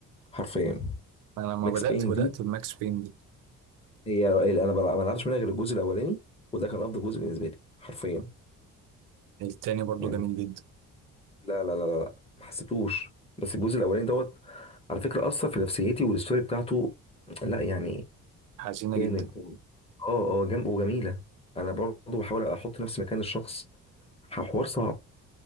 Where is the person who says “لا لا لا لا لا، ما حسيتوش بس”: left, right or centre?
Left